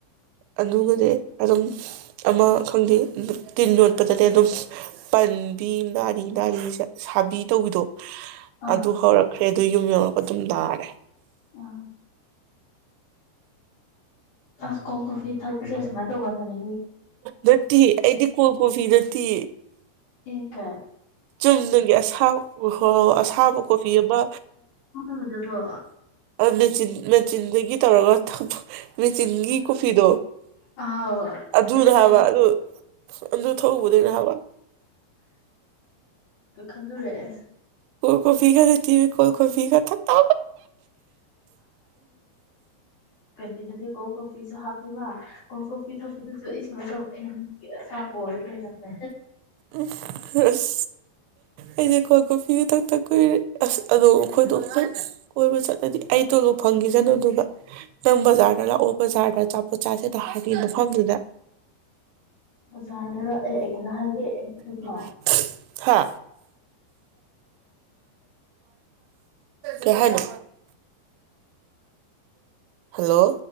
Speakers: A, on the right (about 90°); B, on the left (about 50°).
A: ꯑꯗꯨꯒꯗꯤ ꯑꯗꯨꯝ ꯑꯃ ꯈꯪꯗꯦ ꯇꯤꯟ ꯌꯣꯠꯄꯗꯗꯤ ꯑꯗꯨꯝ ꯄꯟꯕꯤ ꯔꯤ ꯅꯥꯔꯤ ꯁꯥꯕꯤ ꯇꯧꯕꯤꯗꯣ
B: ꯑꯥ
A: ꯑꯗꯨ ꯍꯧꯔꯛꯈ꯭ꯔꯦ ꯑꯗꯨ ꯌꯨꯝ ꯌꯧꯔꯒ ꯑꯗꯨꯝ ꯅꯥꯔꯦ
B: ꯑ ꯑꯁ ꯀꯣ ꯀꯣ ꯐ ꯊꯛꯄꯃꯥꯏ ꯇꯧꯒꯗꯅꯦ
A: ꯔꯠꯇ ꯑꯩꯗꯤ ꯀꯣ ꯀꯣꯐꯤ ꯔ ꯇꯤ
B: ꯑꯦꯥꯏ
A: ꯆꯨꯝꯅꯒꯤ ꯑꯁꯥ ꯍ ꯑꯁꯥꯕ ꯀꯣꯐꯤ ꯑꯃ
B: ꯑꯗꯨꯕ꯭ꯔꯣ
A: ꯃꯦꯆꯤꯟ ꯃꯦꯆꯤꯟꯗꯒꯤ ꯇꯧꯔꯒ ꯊꯛ ꯃꯦꯆꯤꯟꯒꯤ ꯀꯣꯐꯤꯗꯣ
B: ꯑꯥꯎ
A: ꯑꯗꯨꯅ
B: ꯑꯩ ꯑꯗꯨꯕꯨ
A: ꯍꯥꯏꯕ ꯑꯗꯨ ꯑꯗꯨ ꯊꯧꯕꯗꯅꯦ ꯍꯥꯏꯕ
B: ꯈꯟꯗꯨꯔꯑꯦ
A: ꯀꯣꯐꯤ ꯀꯗꯇ ꯀꯣꯏ ꯀꯣꯏ ꯉꯠ ꯊꯇꯥ
B: ꯇꯗꯗꯤꯦ ꯀꯣ ꯀꯣ ꯀꯣꯐꯤꯁꯨ ꯍꯥꯞꯄꯦꯕ ꯀꯣꯜ ꯀꯣꯐꯤ ꯊꯛꯄꯗꯁꯨ ꯑꯩ ꯁꯨꯃꯥꯏ ꯇꯧꯔꯛꯑꯦꯁ ꯑ ꯍꯗ ꯌꯥꯗ
A: ꯎꯝ ꯑꯁ ꯑꯩꯗꯤ ꯀꯣ ꯀꯣꯐꯤꯒꯤ ꯊꯛꯇ ꯀꯨꯏꯔꯦ ꯑꯁ ꯑꯗꯣ ꯑꯩꯈꯣꯏꯗꯣ ꯀꯣꯏꯕ ꯆꯠꯂꯗꯤ ꯑꯩ ꯇꯣꯂꯣꯞ ꯐꯪꯈꯤꯁꯅꯨꯗꯨ ꯅꯪ ꯕꯖꯥꯔꯗ ꯂꯥꯛꯑꯣ ꯕꯖꯥꯔꯗ ꯄꯠꯆꯥꯁꯤꯗ ꯍꯥꯏꯕꯤ ꯃꯐꯝꯗꯨꯗ
B: ꯕꯖꯥꯔꯗꯔ ꯑꯦ ꯑꯩ ꯀꯩꯅꯣ ꯍꯥꯏꯒꯦ ꯑꯦꯝ ꯌꯨꯗꯀꯣ
A: ꯉꯥꯏ ꯍꯥ ꯀ ꯍꯥꯏꯅꯤ ꯍꯜꯂꯣ